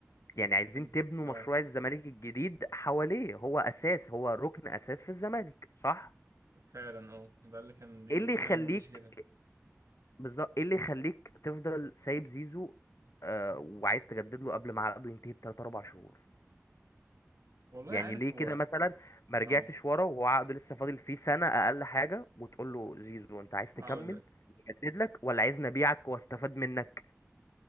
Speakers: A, on the left (about 70°); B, on the right (about 80°).
A: يعني عايزين
B: أنت-
A: تبنوا مشروع
B: اه
A: الزمالك الجديد حواليه هو اساس هو ركن اساس في الزمالك صح
B: فعلا اه ده اللي كان بيتكلم
A: ايه اللي يخليك
B: ماشي كده
A: بالظبط ايه اللي يخليك تفضل سايب زيزو آه وعايز تجدد له قبل ما عقده ينتهي بتلات اربع شهور
B: والله
A: يعني
B: عارف
A: ليه كده
B: هو
A: مثلا ما رجعتش
B: اه
A: ورا وهو عقده لسه فاضل فيه سنة اقل حاجة وتقول له زيزو انت عايز تكمل
B: هقول لك
A: نجدد لك ولا عايز نبيعك واستفاد منك